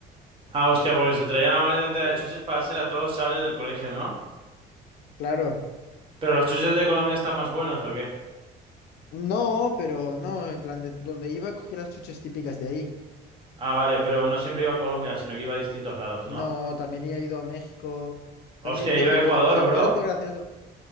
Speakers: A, on the right; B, on the left.
A: Ah, hostia, porque se traía la maleta entera
B: Eh,
A: de chuches para hacer a todos los chavales del colegio, ¿no?
B: Claro.
A: ¿Pero los chuches de Colombia están más buenos o qué?
B: No, pero no, en plan, de donde iba cogí las chuches típicas de ahí.
A: Ah, vale, pero no siempre iba a Colombia, sino que iba a distintos lados,
B: No,
A: ¿no?
B: también he ido a México. También
A: Hostia,
B: dijo
A: iba a
B: que,
A: Ecuador,
B: o sea, era
A: bro.
B: todo gracioso.